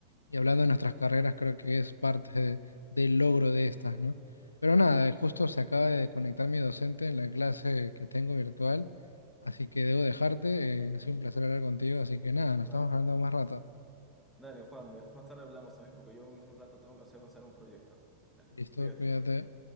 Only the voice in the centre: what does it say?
Claro.
Dale, Juan, <laughs> de- más tarde hablamos también porque yo dentro de un rato tengo que hacer avanzar un proyecto. Dale,
cuídate.